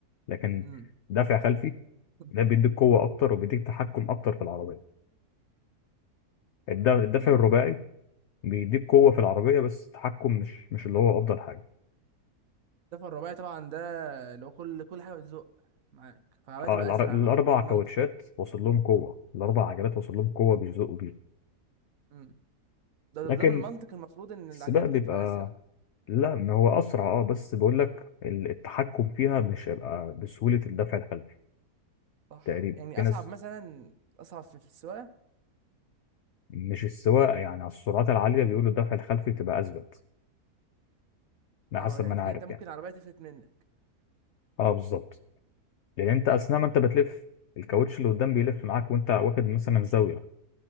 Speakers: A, on the left; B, on the right.
A: لكن
B: امم
A: دافع خلفي
B: <laughs>
A: ده بيديك قوة أكتر وبيديك تحكم أكتر في العربية الد- الدافع
B: ايوه
A: الرباعي بيديك قوة في العربية بس التحكم مش مش اللي هو أفضل حاجة
B: الدفع الرباعي طبعا ده اللي هو كل كل حاجة بتزق معاك فالعربية
A: اه
B: تبقى
A: العر...
B: اسرع
A: الأربع
B: المفروض بالمنطق
A: كاوتشات وصل لهم قوة الأربع عجلات وصل لهم قوة بيزقوا بيها
B: امم ده
A: لكن
B: ده من المنطق المفروض ان
A: السباق
B: العجلات
A: بيبقى
B: كده تبقى اسرع
A: لا ما هو أسرع اه بس بقول لك ال- التحكم فيها مش هيبقى بسهولة الدفع الخلفي
B: صح
A: تقريبا
B: يعني
A: في ناس
B: اصعب مثلا اصعب في في السواقة
A: مش السواقة يعني على السرعات العالية بيقولوا الدفع الخلفي بتبقى أثبت ده
B: اه
A: حسب
B: يعني
A: ما أنا عارف
B: كده انت ممكن
A: يعني
B: العربية تفلت منك
A: اه بالظبط لان انت اثناء ما انت بتلف الكاوتش اللي قدام بيلف معاك وانت واخد مثلا زاويه